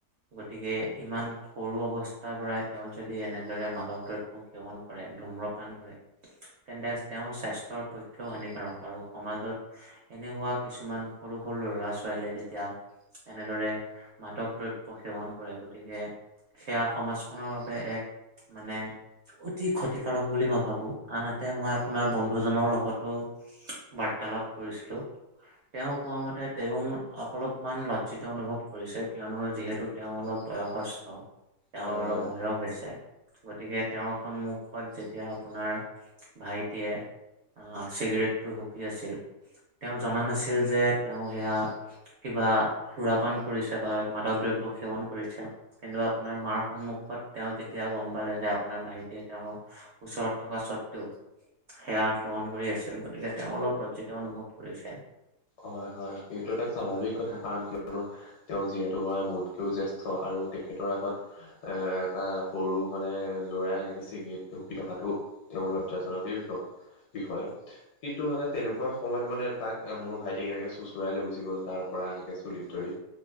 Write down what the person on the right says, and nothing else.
গতিকে ইমান সৰু অৱস্থাৰ পৰাই তেওঁ যদি এনেদৰে মাদক দ্ৰব্য সেৱন কৰে, ধূৰ্মপান কৰে তেন্তে তেওঁৰ স্বাস্থ্যৰ পক্ষেও হানিকাৰক আৰু সমাজত এনেকুৱা কিছুমান সৰু সৰু ল'ৰা ছোৱালীয়ে যেতিয়া তিয়া, এনেদৰে মাদক দ্ৰব্য সেৱন কৰে গতিকে সেয়া সমাজখনৰ বাবে এক মানে অতি ক্ষতিকাৰক বুলি মই ভাবোঁ, আনহাতে মই আপোনাৰ বন্ধুজনৰ লগতো বাৰ্তালাপ কৰিছিলো, তেওঁ কোৱা মতে তেওঁ অলপমান লজ্জিত অনুভৱ কৰিছে, কিয়নো যিহেতু তেওঁ অলপ বয়সস্থ। তেওঁৰ
অলপ
বয়স হৈছে, গতিকে তেওঁৰ সন্মুখত যেতিয়া আপোনাৰ ভাইটিয়ে চিগাৰেটটো হুপি আছিল তেওঁ জনা নাছিল যে তেওঁ সেয়া কিবা সুৰাপান কৰিছে বা মাদক দ্ৰব্য সেৱন কৰিছে। কিন্তু আপোনাৰ মাৰ সন্মুখত তেওঁ যেতিয়া গম পালে যে, আপোনাৰ ভাইটিয়ে তেওঁৰ ওচৰত থকা স্বত্ত্বেও সেয়া সেৱন কৰি আছিল, গতিকে তেওঁ অলপ লজ্জিত অনুভৱ কৰিছে।